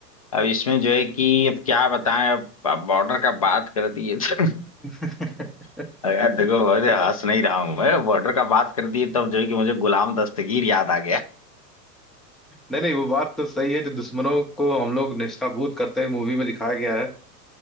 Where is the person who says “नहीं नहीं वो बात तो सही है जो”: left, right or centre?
Centre